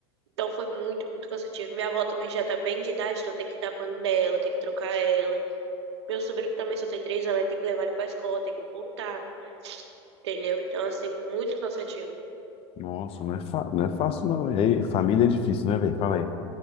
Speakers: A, on the right (about 80°); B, on the left (about 40°).
A: Então foi muito, muito cansativo. Minha avó também já tá bem de idade, então tem que dar banho nela, tem que trocar ela. Meu sobrinho também só tem três anos, aí tem que levar ele pra escola, tem que voltar, entendeu? Então, assim, muito cansativo.
B: Nossa, não é, fa- não é fácil, não. E aí, família é difícil, né, velho? Fala aí.